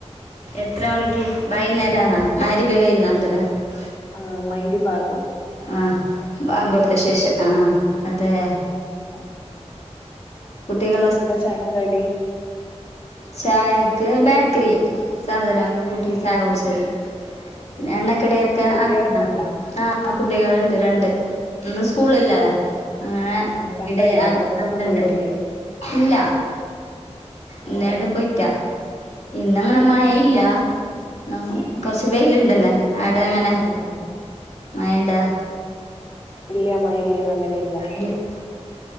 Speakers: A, on the left (about 75°); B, on the left (about 55°).
A: എത്ര മണിക്ക് വൈകുന്നേരം ആന്നാ മഗ് രിബ് കഴിഞ്ഞാ <unintelligible>
B: ആഹ് മഗ് രിബ് ആകും
A: ആഹ് ബാങ്കൊടുത്ത ശേഷം ആഹ് അതെയാ
B: ആഹ്.
A: കുട്ടികളെ സ്
B: ചായക്ക് കടി
A: ചായക്ക് ബേക്കറി സാധാനൊന്നു കൂട്ടി
B: ഉം
A: ചായകുടിച്ചത് പിന്നെ എണ്ണക്കടിയൊക്കെ
B: ഉം ഉം കുട്ടികളൊക്കെ
A: ആക്കുന്നാ
B: ഉണ്ടോ
A: ആഹ് ആഹ് കുട്ടികള്ണ്ട് രണ്ട് ഇന്ന് സ്കൂളില്ലാല അങ്ങനെ
B: ആ സൺഡേ അല്ലേ
A: ഇവിടെ. <unintelligible>
B: പുറത്തൊന്നും പോയിട്ടില്ലേ
A: ഇല്ല ഇന്നിവിടെ
B: ഓ
A: പോയിറ്റാ ഇന്നങ്ങനെ മയയില്ല ഇന്നങ്ങു
B: ഉം
A: കൊറച്ച് വെയില്ണ്ടല്ല ആടെ എങ്ങനെ
B: ആ ആ
A: മയയുണ്ടോ
B: ഇല്യ മയല്യ നല്ല വെയിലാ.
A: <unintelligible>